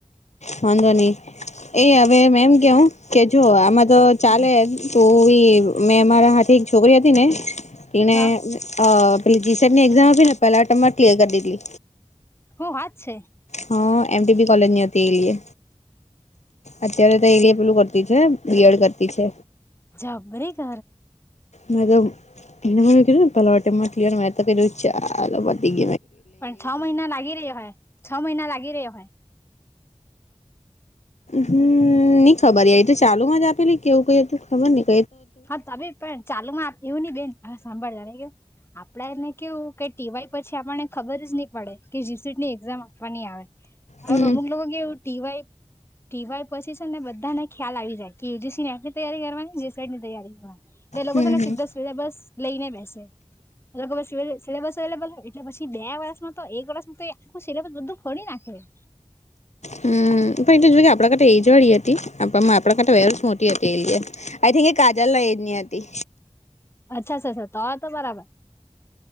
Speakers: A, on the left; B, on the left.
A: વાંધો નહી એ હવે મેમ કેવું કે જો આમાં તો ચાલે તું ઈ મેં મારા હાથે એક છોકરી હતી ને એને
B: હા
A: પેીસની એક્ઝામ આપી ને પેલા એમ ક્લિયર કરી દીધી
B: હ વાત છે
A: હા એમટી બી કોલેજની અ હતી એલીએ અત્યારે તો એએ પેલું કરતી છે બીએડ કરતી છે
B: જબ ન ઘ
A: મે તો એને મ પલાવટમાં ચાલ વધી ગ
B: પણ છ મહિના લાગી રહ્યો હોય છ મહિના લાગી રહ્યો હોય
A: હમ નઈ ખબર એ તો ચાલુ માં જ આપેલી કેવું કઈ હતું ખબર નઈ
B: હા તમે પણ ચાલુ માં એવું નહી બેન હ સાંભળ જય આપડે એને કેવું કે ટીવાય પછી આપણને ખબર જ નહી પડે કે જીસીટી ની એક્ઝામ આપવાની આવે
A: હમ્મ
B: હ મુગ મુગ ટીવાય ટીવાય પછી છે ને બધાને ખ્યાલ આવી જાય કે એુજીસી ને એની તૈયારી કરવાની ની તૈયારી એટલે લોકો
A: હમ્મ
B: છે ને સીધા
A: હમ્મ
B: સુવિધા બસ લઈને બેસે એટલે સિલેબસ અવેલેબલ હોય એટલે પછી બે વર્ષમાં તો એક વર્ષમાં તો આખું સિલેબસ બધું ફડી નાખે હમ
A: હમ પણ એ તો જો કે આપડા કર એ જવાડીી હતી આપણા કરતા વસ મોટી હતી એ આઈ થિક એ કાજલ ના એજની હતી
B: અચ્છાછ તો તો બરાબર